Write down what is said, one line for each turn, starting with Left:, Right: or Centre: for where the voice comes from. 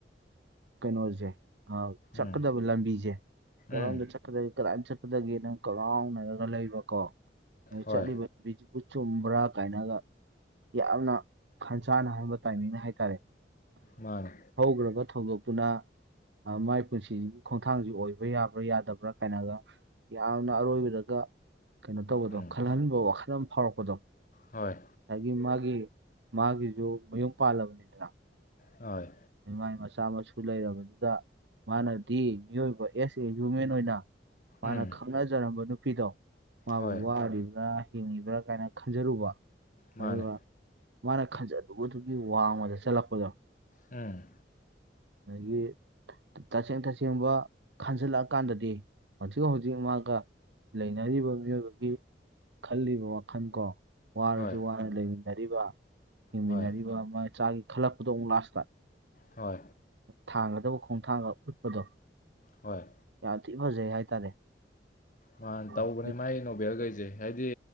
Right: ꯀꯩꯅꯣꯖꯦ ꯑ ꯆꯠꯀꯗꯕ
Left: ꯎꯝ
Right: ꯂꯝꯕꯤ ꯖꯦ ꯀꯔꯣꯝꯗ
Left: ꯎꯝ
Right: ꯆꯠꯀꯗꯒꯦ ꯀꯗꯥꯏ ꯆꯠꯀꯗꯒꯦꯅ ꯀꯡꯉꯥꯎꯅꯔꯒ ꯂꯩꯕꯀꯣ ꯑꯩ
Left: ꯍꯣꯏ
Right: ꯆꯠꯂꯤꯕ ꯂꯝꯕꯤꯗꯨꯕꯨ ꯆꯨꯝꯕ꯭ꯔꯥ ꯀꯥꯏꯅꯒ ꯌꯥꯝꯅ ꯈꯟꯆꯥꯅꯍꯟꯕ ꯇꯥꯏꯃꯤꯡꯅꯦ ꯍꯥꯏꯇꯥꯔꯦ
Left: ꯃꯥꯅꯤ
Right: ꯍꯧꯒꯔ꯭ꯕ ꯊꯧꯗꯣꯛꯇꯨꯅ ꯑ ꯃꯥꯏ ꯄꯨꯟꯁꯤ ꯈꯣꯡ ꯊꯥꯡꯖꯤ ꯑꯣꯏꯕ ꯌꯥꯕ꯭ꯔꯥ ꯌꯥꯗꯕ꯭ꯔꯥ ꯀꯥꯏꯅꯒ ꯌꯥꯝꯅ ꯑꯔꯣꯏꯕꯤꯗꯒ ꯀꯩꯅꯣ ꯇꯧꯕꯗꯣ
Left: ꯎꯝ
Right: ꯈꯜꯍꯟꯕ ꯋꯥꯈꯜ ꯑꯝ ꯐꯥꯎꯔꯛꯄꯗꯣ
Left: ꯍꯣꯏ
Right: ꯑꯗꯒꯤ ꯃꯥꯒꯤ ꯃꯥꯒꯤꯖꯨ ꯃꯌꯨꯝ ꯄꯥꯜꯂꯕꯅꯤꯗꯅ
Left: ꯑꯣꯏ
Right: ꯑꯗꯩ ꯃꯥꯏ ꯃꯆꯥ ꯃꯁꯨ ꯂꯩꯔꯕꯗꯨꯗ ꯃꯥꯅꯗꯤ ꯃꯤꯑꯣꯏꯕ ꯑꯦꯁ ꯑꯦ ꯍ꯭ꯌꯨꯃꯦꯟ ꯑꯣꯏꯅ ꯃꯥꯅ
Left: ꯎꯝ
Right: ꯈꯪꯅꯖꯔꯝꯕ ꯅꯨꯄꯤꯗꯣ ꯃꯥꯕꯨ
Left: ꯍꯣꯏ
Right: ꯋꯥꯔꯤꯕ꯭ꯔꯥ ꯍꯤꯡꯉꯤꯕ꯭ꯔꯥ ꯀꯥꯏꯅ ꯈꯟꯖꯔꯨꯕ
Left: ꯃꯥꯅꯦ
Right: ꯑꯗꯨꯒ ꯃꯥꯅ ꯈꯟꯖꯔꯨꯕꯗꯨꯒꯤ ꯋꯥꯡꯃ ꯗ ꯆꯂꯛꯄꯗꯣ
Left: ꯎꯝ
Right: ꯗꯒꯤ ꯇꯁꯦꯡ ꯇꯁꯦꯡꯕ ꯈꯟꯖꯤꯜꯂꯛꯑ ꯀꯥꯟꯗꯗꯤ ꯍꯧꯖꯤꯛ ꯍꯧꯖꯤꯛ ꯃꯥꯒ ꯂꯩꯅꯔꯤꯕ ꯃꯤꯑꯣꯏꯕꯒꯤ ꯈꯜꯂꯤꯕ ꯋꯥꯈꯟ ꯀꯣ ꯋꯥꯔꯖꯨ
Left: ꯍꯣꯏ
Right: ꯋꯥꯅ ꯂꯩꯃꯤꯟꯅꯔꯤꯕ ꯍꯤꯡꯃꯤꯟꯅꯔꯤꯕ
Left: ꯍꯣꯏ
Right: ꯃꯆꯥꯒꯤ ꯈꯜꯂꯛꯄꯗꯣ ꯑꯃꯨꯛ ꯂꯥꯁꯇ
Left: ꯍꯣꯏ
Right: ꯊꯥꯡꯒꯗꯕ ꯈꯣꯡꯊꯥꯡꯒ ꯎꯠꯄꯗꯣ
Left: ꯍꯣꯏ
Right: ꯌꯥꯝ ꯊꯤ ꯐꯖꯩ ꯍꯥꯏꯇꯥꯔꯦ
Left: ꯃꯥꯟ ꯇꯧꯕꯅꯦ
Right: ꯑꯗꯒꯤ
Left: ꯃꯥꯏ ꯅꯣꯕꯦꯜꯒꯩꯖꯦ ꯍꯥꯏꯗꯤ